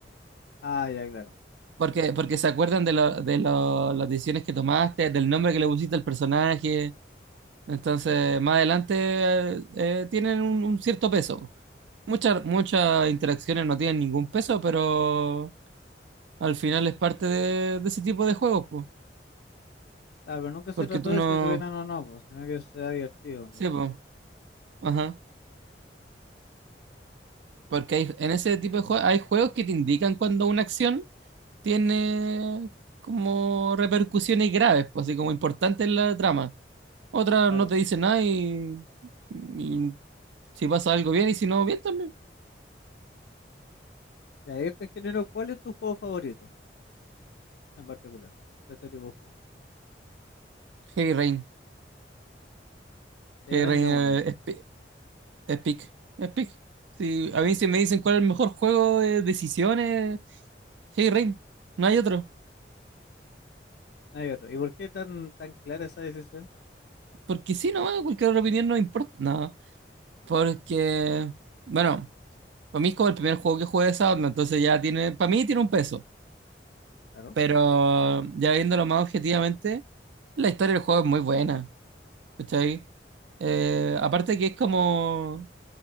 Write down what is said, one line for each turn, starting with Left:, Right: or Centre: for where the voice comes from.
Left: Ah, ya, claro.
Right: Porque, porque se acuerdan de, lo- de lo- las decisiones que tomaste, del nombre que le pusiste al personaje. Entonces, más adelante eh, eh, tienen un, un cierto peso. Muchas, muchas interacciones no tienen ningún peso, pero al final es parte de, de ese tipo de juegos, po.
Left: Claro, pero nunca se
Right: Porque
Left: trató
Right: tú
Left: de
Right: no...
Left: si tuvieran o no, pues, sino que sea divertido, ¿no?
Right: Sí, po. Ajá. Porque hay, en ese tipo de juegos hay juegos que te indican cuando una acción tiene como repercusiones graves, pues, así como importantes en la trama. Otra
Left: Claro.
Right: no te dice nada y, y si pasa algo bien y si no, bien también.
Left: Y ahí te género, ¿cuál es tu juego favorito en particular de este tipo de juego?
Right: Hey Rain.
Left: Si
Right: Hey
Left: hay
Right: Rain
Left: de una,
Right: eh, es, pi- es pick. Es pick. Sí, a mí si me dicen cuál es el mejor juego de decisiones, Hey Rain. No hay otro.
Left: no hay otro. ¿Y por qué tan, tan clara esa decisión?
Right: Porque si no, cualquier otra opinión no importa. No. Porque, bueno, Para mí es como el primer juego que jugué de esa entonces ya tiene, para mí tiene un peso,
Left: Claro,
Right: pero ya viéndolo más objetivamente, la historia del juego es muy buena, ¿cachai? Eh, aparte que es como,